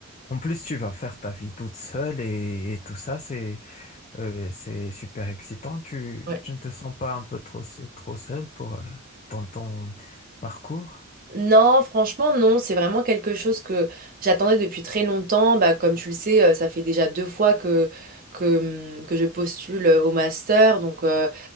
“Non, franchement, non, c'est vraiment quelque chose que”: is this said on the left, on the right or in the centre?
Right